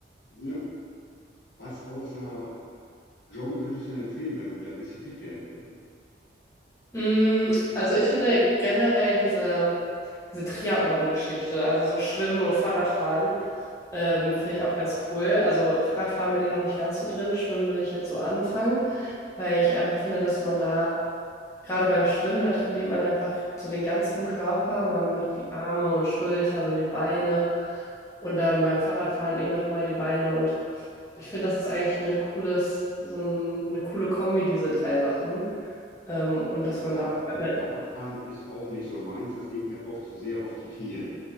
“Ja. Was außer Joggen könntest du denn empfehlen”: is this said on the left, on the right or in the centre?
Left